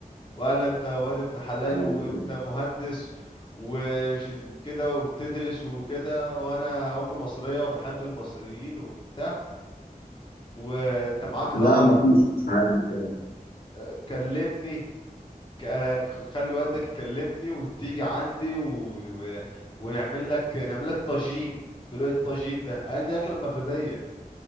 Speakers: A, on the left; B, on the left.
A: ولا انت واد ابن حلال
B: آه.
A: وانت مهندس وش- وكده وبتدرس وكده وانا ام مصرية وبحب المصريين وبتاع وانت معاك
B: لا
A: رقمي
B: ما فيش حاجة كلام
A: اه، كلمني ك- خلي والدك يكلمني وتيجي عندي و... و... ونعمل لك نعمل لك طاجين قلت له ايه الطاجين ده قال دي اكلة مغربية